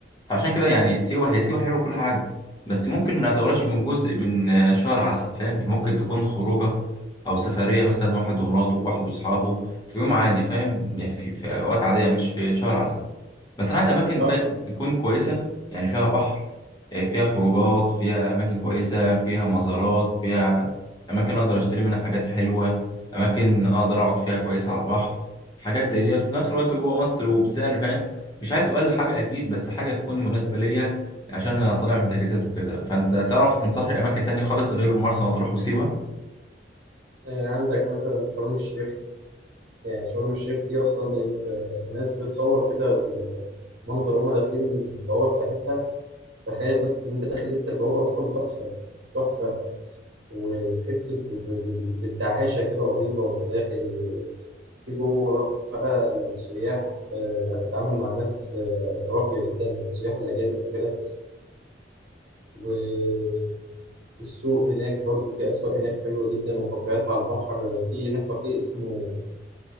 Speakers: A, on the left; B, on the right.
A: فعشان كده يعني سيوة هي سيوة حلوة كل حاجة بس ممكن ما نعتبرهاش من جزء من آه، شهر عسل فاهم ممكن تكون خروجة أو سفرية مثلا واحد ومراته واحد وأصحابه في يوم عادي فاهم يعني في, في أوقات عادية مش في شهر عسل بس انا عايز اماكن
B: اه
A: فاهم تكون كويسه يعني فيها بحر آه، فيها خروجات فيها اماكن كويسه فيها مزارات فيها اماكن اقدر اشتري منها حاجات حلوه اماكن اقدر اقعد فيها كويسه على البحر حاجات زي ديت وفي نفس الوقت جوه مصر وبسعر فاهم مش عايز اقل حاجه اكيد بس حاجه تكون مناسبه ليا عشان انا طالع من تجهيزات وكده فانت تعرف تنصحني باماكن تانية خالص غير مرسى مطروح وسيوه
B: آه، عندك مثلا شرم الشيخ يعني شرم الشيخ دي أصلا أنت الناس بتصور كده المنظر وهما داخلين البوابة بتاعتها تخيل بس إن أنت داخل لسه البوابة أصلا تحفة تحفة وتحس ب- ب- بال- بالتعاشة كده رهيبة وانت داخل في جوه بقى السياح آه، هتتعامل مع ناس آه، راقية جدا سياح الأجانب وكده و- والسوق هناك برضو في أسواق هناك حلوة جدا وكافيهات على البحر في هناك كافيه اسمه